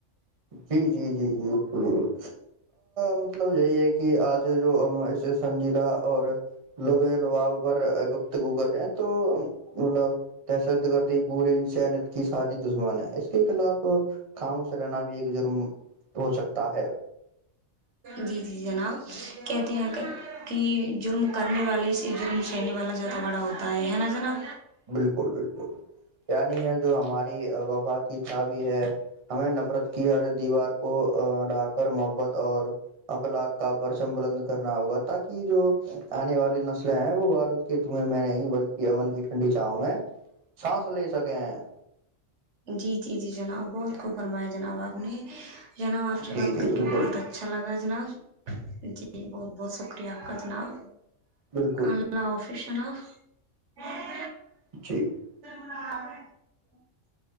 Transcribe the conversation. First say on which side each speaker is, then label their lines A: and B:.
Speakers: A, on the right; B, on the right.
A: جی جی جی جی ب مطلب یہی ہے کہ آج جو ہم ایے سنجیدہ اور لبے لباب پر گفتگو کر رہے ہیں تو مطلب دہشد گرد پوری انسانیت کی ساازد دشمن ہے اس کے خلاف خاموش رہنا بھی ایک جرم ہو سکتا ہے
B: جی جی جناب کتی ہیں کر کہ جرم کرنے والے سے جرم چہنے والا زیادہ بڑا ہوتا ہے نا ج نا
A: بالکل بالکل نی ہے جو ہماری وفا کی چھا بھی ہے ہمیں نفرت کی ہر دیوار کو ڈاکر محبت اور ا لاک کا آ پررشم بل <unintelligible> کرنا ہوگا ت کی جو آنے والی نسلیں ہیں وہ بارود کے دھوئیں میں نہیں بلکہ امن کی بچاؤ میں چھانس لے سکے ہیں
B: جی جی جی جناب بہت خوب فرمایا جناب آپ نے جناب آپ سے
A: جی
B: بات
A: جی
B: کر
A: بالکل
B: کے بہت اچھا لگا جناب جی بہت بہت شکریہ آپ کا جناب
A: بالکل
B: اللہ حافظ <unintelligible> کشنا <unintelligible>
A: جی <unintelligible>
B: <inaudible>